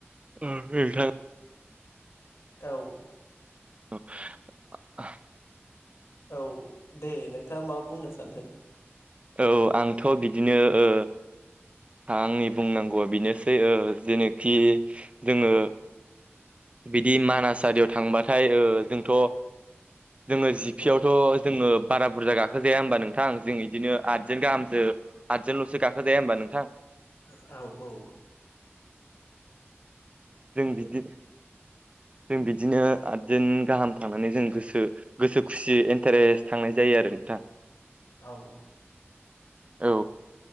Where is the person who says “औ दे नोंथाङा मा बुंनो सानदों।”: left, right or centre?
Left